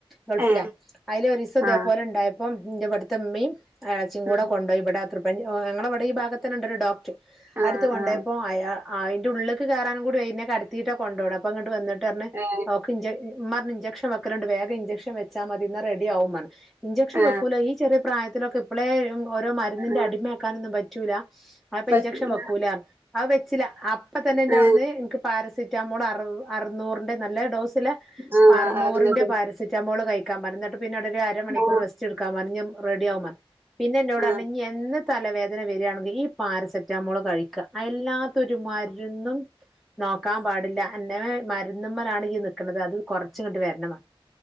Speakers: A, in the centre; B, on the right (about 20°).
A: ഗൾഫിലാ
B: ആ ഏ
A: അതിലൊരീസം ഇതേപോല്ണ്ടായപ്പം
B: ആ
A: ഇന്റെവ്ട്ത്ത്മ്മയും ആച്ചിം
B: ഉം,
A: കൂടെ കൊണ്ട് പോയി ഇവിടെ ത്രിപ്പ് പ്പെനി ഓഹ് ഞങ്ങള് ഇവ്ടീ ഭാഗത്തന്നെണ്ടൊരു ഡോക്ടറ്
B: ആ
A: അടുത്ത് കൊണ്ടോയപ്പോ
B: ആ
A: അയാ ആഹ് അയ്ന്റുള്ള്ലേക്ക് കേറാനും കൂടായ് എന്നെ കെടത്തീട്ടാ കൊണ്ടോണെ അപ്പൊങ്ങട്ട് വന്നിട്ട് പറഞ്ഞ്
B: ഏ
A: ഓക്ക് ഇൻജെ ഇമ്മാറഞ്ഞ് ഇൻജെക്ഷൻ വെക്കല്ണ്ട് വേഗം ഇൻജെക്ഷൻ വച്ചാ മതി എന്നാ റെഡിയാവുംമ്മാർഞ്ഞ് ഇൻജെക്ഷൻ
B: ആ
A: വെക്കൂല ഈ ചെറിയ പ്രായ തിനൊക്കെ ഇപ്പളേ ഓരോ മരുന്നിന്റെ
B: ആ
A: അടിമയാക്കാനൊന്നും പറ്റൂല്ല അത് ഇപ്പം
B: പറ്റൂല
A: ഇൻജെക്ഷൻ വെക്ക് ആവെച്ചില്ലാ അപ്പ തന്നെ എന്നെ
B: ആ
A: അവ്ടുന്ന് എൻക്ക് പാരസിറ്റാമോൾ അർ അർന്നൂറിന്റെ നല്ല ഡോസില്
B: ആ
A: അർന്നൂറിന്റെ
B: അറിഞ്ഞിട്ട്
A: പാര സെറ്റാമോള് കഴിക്കാൻ പറഞ്ഞ് എന്നിട്ട് പിന്നൊടനെ അരമണിക്കൂറ്
B: ആ
A: റെസ്റ്റെടുക്കാൻ പറഞ്ഞ് ഞ്ഞം റെഡിയാവും പർഞ്ഞു പിന്നെ എന്നോട്
B: ആ
A: പറഞ്ഞ് ഇനിയെന്ന് തലവേദന വര്യാണെങ്കിലും ഈ പാരസെറ്റാമോള് കഴി ക്കാം അല്ലാത്തൊരു മരുന്നും നോക്കാൻ
B: ആ
A: പാടില്ലാ എന്റെമേ മര്ന്ന്മ്മലാണ് ഈ നിക്ക്ണത് അത് കൊറച്ച് കണ്ട് വേദനമാ